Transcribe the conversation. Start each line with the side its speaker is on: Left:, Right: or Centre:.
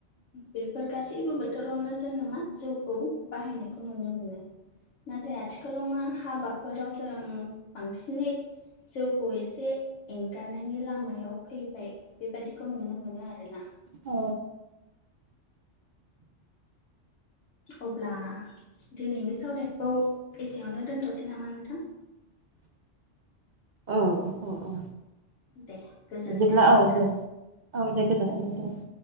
Left: बेफोर गासैबो बोथोरावनो जोङो मा जौखौ बाहायनायखौ नुनो मोनो। नाथाय आथिखालाव मा हाबाफोराव जों बांसिनै जौखौ एसे एंगादनायनि लामायाव फैबाय बेबायदिखौ नुनो मोनो आरोना।
Right: अ
Left: अब्ला दिनैनि सावरायखौ एसेयावनो दोनथ'सै नामा नोंथां?
Right: <inaudible> औ औ औ
Left: दे गोजोननाय
Right: बिदिब्ला
Left: थाबाय
Right: औ
Left: नोंथां
Right: दे औ दे गोजोन्नाय <unintelligible>